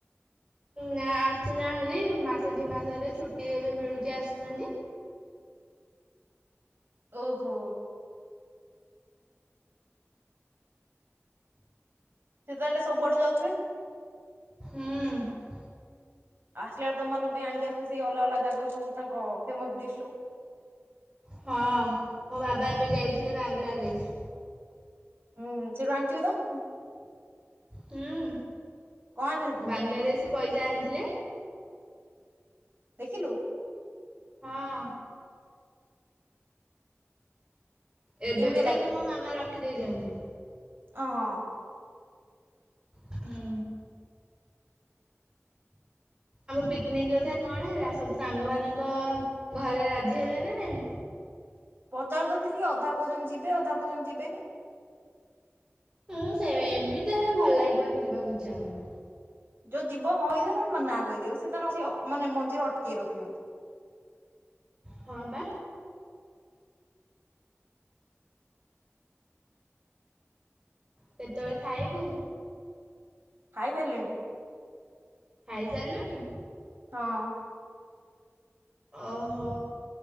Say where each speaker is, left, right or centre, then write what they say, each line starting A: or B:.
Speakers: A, on the right; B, on the right.
A: ନା ଆସୁନାହାନ୍ତି ମାସ ଦି ମାସରେ ଛୁଟି ଏବେ ମିଳୁଛି ଆସୁଛନ୍ତି।
B: ଓ ହୋ। ସେ ତାହେଲେ ସବୁଆଡୁ ଯାଉଥିବେ।
A: ହୁଁ
B: ଆସିଲା ବେଳକୁ ତମାନକ ପାଇଁ ଆଣିକି ଆସୁଥିବେ ସେଇ ଅଲଗା ଅଲଗା ଜାଗା ସବୁ ତାଙ୍କ ଫେମସ ଡିସ୍ ସବୁ।
A: ହଁ ମୋ ବାବା ଏବେ ଯାଇଥିଲେ ବାଂଲାଦେଶ।
B: ହୁଁ ସେଠୁ ଆଣିଥିବେ ତ?
A: ହୁଁ
B: କଣ ଆଣିଲେ ସେଠୁ?
A: ବାଂଲାଦେଶୀ ପଇସା ଆଣିଥିଲେ।
B: ଦେଖିଲୁ?
A: ହଁ। ଏବେ
B: କେମିତି
A: ବି ତାକୁ
B: ଲାଗିଲା?
A: ମୋ ମାମା ରଖିଦେଇଛନ୍ତି।
B: ଅ ହଁ।
A: ହୁଁ। ଆମ ପିକ୍ ନିକ୍ କଥା କଣ ହେଲା ସବୁ ସାଙ୍ଗ ମାନଙ୍କ ଘରେ ରାଜି ହେଲେ ନା ନାଇଁ?
B: ପଚାରୁତଥିଲି ଅଧା କୋଉଛନ୍ତି ଯିବେ ଅଧା କୋଉଛନ୍ତି ଯିବେନି।
A: ହୁଁ ସେ ଏମିତି ହେଲେ ଭଲ ଲାଗିବନି ଯିବାକୁ ଇଚ୍ଛା ହବନି।
B: ଯୋଉ ଯିବ ହଁ କହିଦବ ନ ମ ନାଁ କହିଦିଅ ସେ ତାର ମାନେ ମଝିରେ ଅଟକି ରଖିଛନ୍ତି।
A: ହଁ ପା। କେତେବେଳେ ଖାଇବୁ?
B: ଖାଇଦେଲିଣି।
A: ଖାଇସାରିଲଣି?
B: ହଁ।
A: ଓହୋ।